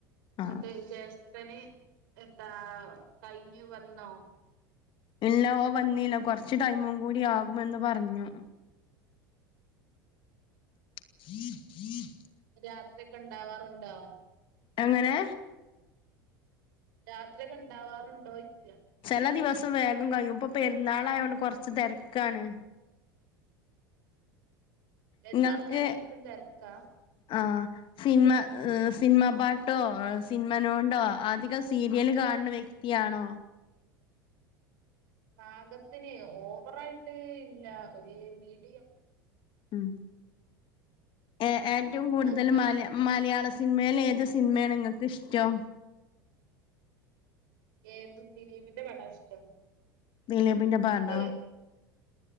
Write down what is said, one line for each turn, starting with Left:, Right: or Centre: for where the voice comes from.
Left: ആഹ്
Right: ന്നിട്ട് ജെ ട്ടന് എത്താ കഴിഞ്ഞു വന്നോ
Left: ഇല്ല ഓൻ വന്നില്ല കുറച് ടൈമും കൂടി ആകുമെന്ന് പറഞ്ഞു <unintelligible>
Right: രാത്രി ഒക്കെ ഇണ്ടാവാറുണ്ടോ
Left: എങ്ങനെ
Right: രാത്രിയൊക്കെ ഇണ്ടാവാറുണ്ടോ ചോയ്ച്ചാ
Left: ചെല ദിവസം വേഗം കഴിയും ഇപ്പൊ പെരുന്നാളായതോണ്ട് കൊറച്ച് തിരക്കാണ്
Right: പെരുന്നാൾ
Left: നിങ്ങൾക്ക്
Right: കഴിഞ്ഞിട്ടും തിരക്കാ
Left: ആ സിനിമ സിനിമ പാട്ടോ സിനിമനോടോ അധികം സീരിയല് കാണുന്ന വ്യക് ത്തി ആണോ
Right: പാകത്തിന് ഓവറായിട്ട് ഇല്ല ഒരു മീഡിയം
Left: ഉ ഏ ഏറ്റവും
Right: ഇങ്ങക്ക്
Left: കൂടുതൽ മല മലയാള സിനിമേൽ ഏത് സിനിമേണ് ങ്ങൾക്ക് ഇഷ്ടം
Right: ഏത് ദിലീപിന്റെ പടാ ഇഷ്ടം
Left: ദിലീപിന്റെ
Right: ഇങ്ങക്ക്
Left: പടോ